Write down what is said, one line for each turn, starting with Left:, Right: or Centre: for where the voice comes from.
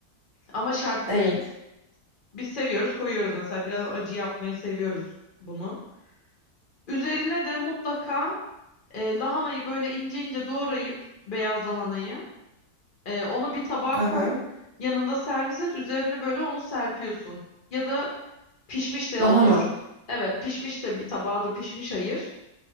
Left: Ama şart
Right: Evet.
Left: değil. Biz seviyoruz koyuyoruz mesela. Biraz acı yapmayı seviyoruz bunu. Üzerine de mutlaka e, lahanayı böyle ince ince doğrayıp beyaz lahanayı e, onu bir tabağa
Right: Aha.
Left: koy. Yanında servis et. Üzerine böyle onu serpiyorsun. Ya da pişmiş de
Right: Lahana.
Left: olur. Evet pişmiş de bir tabağa da pişmiş ayır.